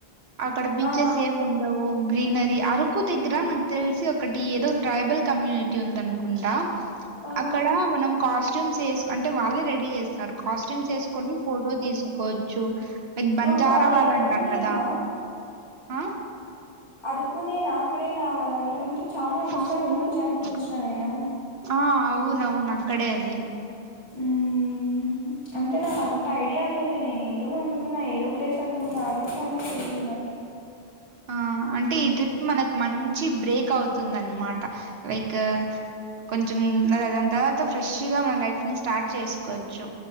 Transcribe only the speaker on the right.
అక్కడ బీచెస్
ఏం ఉండవు గ్రీనరీ ఆర కు దగ్గర నాకు తెలిసి ఒకటి ఏదో ట్రైబల్ కమ్యూనిటీ ఉంద అనుకుంటా
అక్కడ మనం కాస్ట్యూమ్స్ ఎస్ అంటే వాళ్ళ రెడీ చేస్తున్నారు కాస్ట్యూమ్స్ వేసుకొని ఫోటో తీసుకు కోవచ్చు లైక్ బంజారా
వాళ్ళు
అంటారు కదా అ
చాలా అయిపోయింది.
ఆ అవునవును అక్కడే అది
ఆ అంటే ఈ ట్రిప్ మనకు మంచి బ్రేక్ అవుతుంది అనమాట లైక్ కొంచెం దాని తర్వాత ఫ్రెష్ గా మన లైఫ్ ని స్టార్ట్ చేసుకోవచ్చు